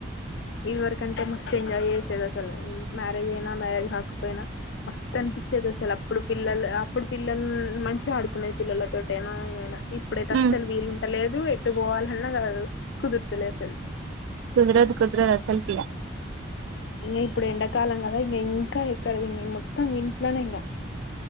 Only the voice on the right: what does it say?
ఉమ్
కుదరదు కుదరదు అసల్కి ఇగ